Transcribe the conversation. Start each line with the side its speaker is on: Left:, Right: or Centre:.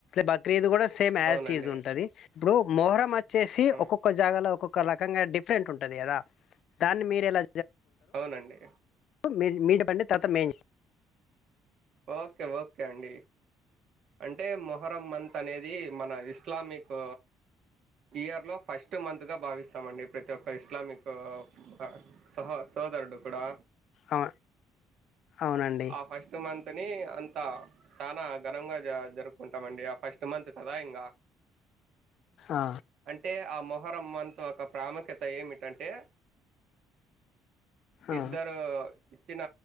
Left: బక్రీదు కూడా సేమ్ యాజ్ట్జ్
Right: అవునండి
Left: ఉంటది ఇప్పుడు మొహరం వచ్చేసి
Right: ఉమ్,
Left: ఒక్కొక్క జాగాలో ఒక్కొక్క రకంగా డిఫరెంట్ ఉంటది కదా దాన్ని మీరు ఎలా
Right: అవునండి
Left: మీ మీద బండి తర్వాత మే
Right: ఓకే ఓకే అండి అంటే మొహరంమం త అనేది మన ఇస్లామిక్ ఇయర్ లో ఫస్ట్ మంత్గా భావిస్తామండి ప్రతి ఒక్క ఇస్లామిక్ ఆ సహ సోదరుడు కూడా
Left: ఆ! అవునండి.
Right: ఆ ఫస్ట్ మం తని అంత చాలా ఘనంగా జ జరుపుకుంటామండి ఆ ఫస్ట్ మంత్ కదా ఇంగా
Left: ఆ!
Right: అంటే ఆ మొహరమంత ఒక ప్రాముఖ్యత ఏమిటంటే
Left: ఆ!
Right: ఇద్దరు చ్చిన